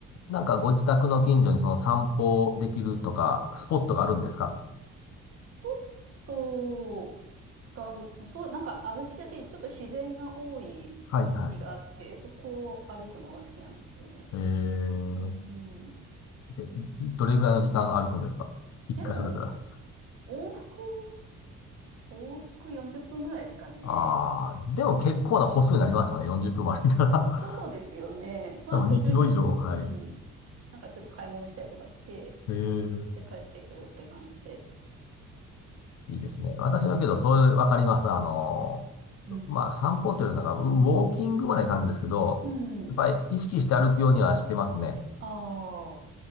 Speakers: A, on the left; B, on the right.
A: なんかご自宅の近所にその散歩できるとか、スポットがあるんですか
B: スポットがある、そう、なんか歩きやすい、ちょっと自然が多い道があって、
A: はいはい。
B: そこを歩くのが好きなんですよね。
A: えー、
B: うん。
A: でどれぐらいの時間歩くんですか一回外れたら。
B: でも、往復、往復40分ぐらいですかね。
A: あー、でも結構な歩数になりますよね。40分も歩いたら
B: そうですよね。
A: <laughs>
B: まあ途中ちょっと、
A: 多分2キロ以上、はい。
B: うん。なんかちょっと買い物したりとかして、
A: ええ。
B: で帰ってくるって感じで。
A: いいですね。私はけど、そういう、わかります。あの、
B: うん。
A: まあ、散歩というよりなんか、ウォーキングまでいかんですけど、
B: うん。
A: やっぱり意識して歩くようにはしてますね。
B: ああ、